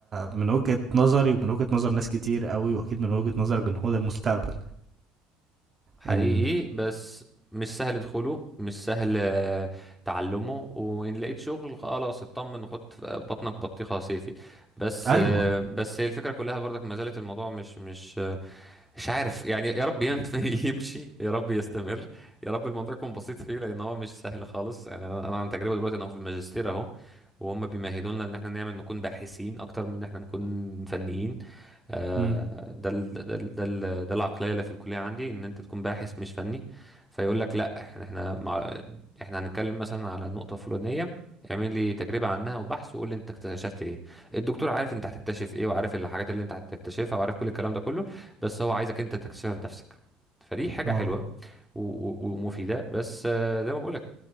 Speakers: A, on the right; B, in the centre.
A: من وجهة نظري ومن وجهة نظر ناس كتير قوي واكيد من وجهة نظر جمهور المستقبل
B: حقيقي
A: ان
B: بس مش سهل دخوله مش سهل آه، تعلمه وإن لقيت شغل خلاص اطمن وحط في بطنك بطيخة صيفي بس
A: ايوه
B: آه، بس هي الفكرة كلها برضك ما زالت الموضوع مش مش آه، مش عارف يعني يا رب ينف- <laughs> يمشي يا رب يستمر يا رب الموضوع يكون بسيط فيه لأن هو مش سهل خالص يعني أنا أنا عن تجربة دلوقتي أنا هو في الماجستير أهو وهم بيمهدونا إن احنا نعمل نكون باحثين أكتر من إن احنا نكون فنيين آه،
A: امم
B: ده ال ده ال ده ال ده العقليه اللي في الكليه عندي ان انت تكون باحث مش فني فيقول لك لا احنا احنا مع احنا هنتكلم مثلا على نقطه فلانيه اعمل لي تجربه عنها وبحث وقول لي انت اكتشفت ايه الدكتور عارف انت هتكتشف ايه وعارف الحاجات اللي انت هتكتشفها وعارف كل الكلام ده كله بس هو عايزك انت تكتشفها بنفسك فدي حاجه
A: اه
B: حلوه و- و- ومفيده بس آه، زي ما بقول لك